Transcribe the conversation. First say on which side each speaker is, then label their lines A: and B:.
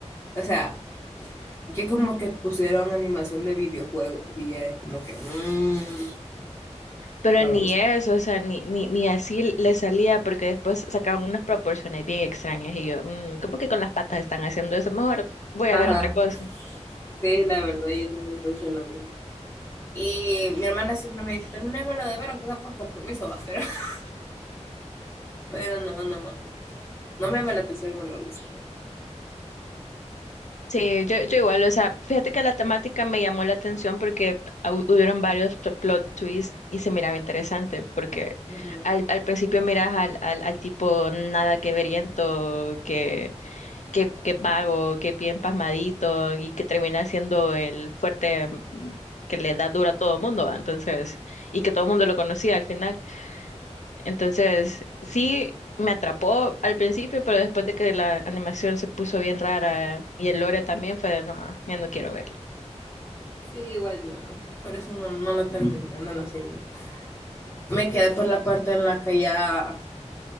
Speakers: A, on the left; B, on the left.
A: O sea, que como que pusieron animación de videojuego y ya es como que mm,
B: Pero
A: no
B: ni
A: me gusta.
B: eso, o sea, ni, ni, ni así le salía, porque después sacaban unas proporciones bien extrañas y yo, "Mm, ¿cómo que con las patas están haciendo eso? Mejor voy
A: Ajá,
B: a ver otra cosa.
A: sí, la verdad, yo también pienso lo mismo. Y mi hermana siempre me dice, terminémoslo de ver, aunque sea por compromiso, va, pero, <laughs> pero no, no, no me llama la atención, no me gusta.
B: Sí, yo, yo igual, o sea, fíjate que la temática me llamó la atención porque hu- hubieron varios pl- plot twists y se miraba interesante, porque
A: Ujú.
B: al, al principio miras al, al, al tipo nada que veriento que qué, qué vago, qué bien pasmadito y que termina siendo el fuerte mm, que le da duro a todo mundo, ¿va? entonces, y que todo el mundo lo conocía al final. Entonces, sí me atrapó al principio, pero después de que la animación se puso bien rara y el lore también fue de, no, ya no quiero verlo.
A: Sí, igual yo. Por eso no, no lo terminé, no lo seguí. Me quedé por la parte en la que ya